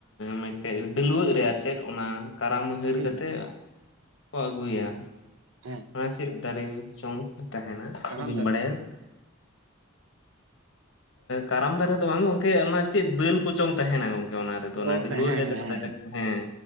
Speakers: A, on the left (about 65°); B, on the right (about 80°).
A: ᱢᱤᱫᱴᱮᱡ ᱰᱟᱹᱞᱣᱟᱹᱜ ᱨᱮ ᱪᱮᱫ ᱚᱱᱟ ᱠᱟᱨᱟᱢ ᱦᱟᱹᱨ
B: ᱦᱮᱸ
A: ᱠᱟᱛᱮᱜ ᱠᱚ ᱟᱹᱜᱩᱭᱟ᱾
B: ᱦᱮᱸ
A: ᱚᱱᱟ ᱪᱮᱫ ᱫᱟᱨᱮ ᱪᱚᱝ ᱛᱟᱦᱮᱱᱟ
B: ᱠᱟᱨᱟᱢ
A: ᱤ ᱵᱟᱹᱧ
B: ᱫᱟᱨᱮ
A: ᱵᱟᱲᱟᱭᱟ᱾
B: ᱠᱚ ᱢᱮᱛᱟᱜ ᱠᱟᱱᱟ
A: ᱠᱟᱨᱟᱢ ᱫᱟᱨᱮ ᱫᱚ ᱵᱟᱝ ᱜᱚᱝᱠᱮ ᱚᱱᱟ ᱪᱮᱫ ᱫᱟᱹᱞ ᱠᱚᱪᱚᱝ ᱛᱟᱦᱮᱱᱟ ᱜᱚᱝᱠᱮ᱾ ᱚᱱᱟ ᱨᱮᱫᱚ ᱚᱱᱟ
B: ᱚ
A: ᱰᱟᱹᱞᱣᱟᱹᱜ
B: ᱦᱮᱸ ᱦᱮᱸ
A: ᱨᱮ ᱡᱟᱦᱟᱸ
B: ᱦᱮᱸ
A: ᱛᱟᱦᱮᱸ
B: ᱦᱮᱸ